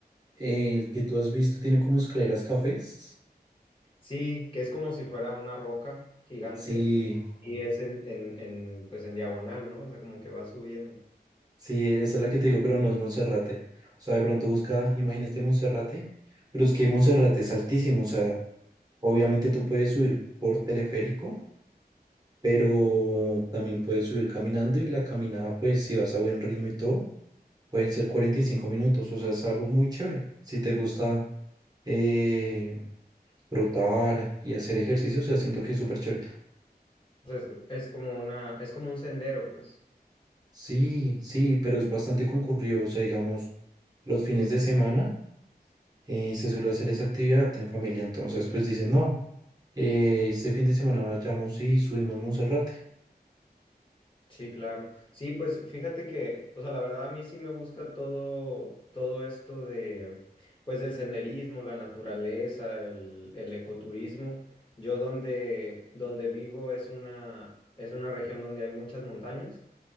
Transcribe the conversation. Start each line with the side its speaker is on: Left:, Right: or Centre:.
Right: eh, el que tú has visto tiene como escaleras cafés.
Left: Sí, que es como si fuera una roca gigante
Right: Sí,
Left: y es en, en, en, pues en diagonal, ¿no? O sea, como que va subiendo.
Right: sí, esa es la que te digo, pero no es Monserrate. O sea, de pronto busca imágenes de Monserrate, pero es que Monserrate es altísimo, o sea, obviamente tú puedes subir por teleférico pero también puedes subir caminando y la caminada, pues si vas a buen ritmo y todo, pueden ser 45 minutos, o sea, es algo muy chévere. Si te gusta eh, trotar y hacer ejercicio, o sea, siento que es súper chévere.
Left: O sea, es, es como una, es como un sendero, pues.
Right: Sí, sí, pero es bastante concurrido, o sea, digamos, los fines de semana eh, se suele hacer esa actividad en familia, entonces pues dicen, no, eh, este fin de semana vayamos y subimos Monserrate,
Left: Sí, claro. Sí, pues fíjate que, o sea, la verdad a mí sí me gusta todo, todo esto de, pues del senderismo, la naturaleza, el, el ecoturismo. Yo donde, donde vivo es una, es una región donde hay muchas montañas.